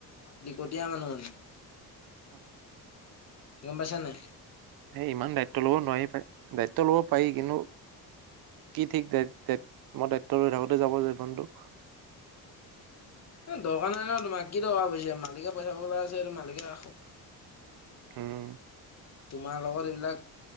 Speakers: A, on the left; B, on the right.
A: লিকটীয়া মানুহ মানে
B: উম।
A: গম পাইছা নাই?
B: এ ইমান দায়িত্ব ল'ব নোৱাৰি প দায়িত্ব ল'ব পাৰি কিন্তু। কি ঠিক দা-দা-মই দায়িত্ব লৈ থাকোঁতে যাব জীৱনটো।
A: দৰকাৰ নাই ন' তোমাক কি দৰকাৰ পঢ়িছে? মালিকে পইচা পাবলৈ আছে মালিকে ৰাখক।
B: হম।
A: তোমাৰ লগত এইবিলাক